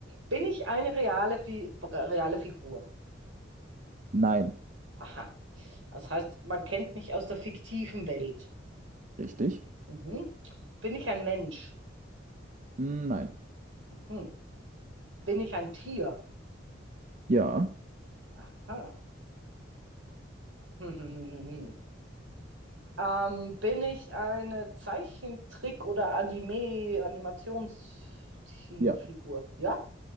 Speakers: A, on the right; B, on the right.
A: bin ich eine reale, Fi reale Figur.
B: Nein.
A: Aha. Das heißt, man kennt mich aus der fiktiven Welt.
B: Richtig?
A: Mhm. Bin ich ein Mensch?
B: Hm, Nein.
A: Mhm. Bin ich ein Tier?
B: Ja.
A: Aha. <laughs> Ähm, bin ich eine Zeichentrick- oder Anime, Animationstierfigur?
B: Ja.
A: Ja?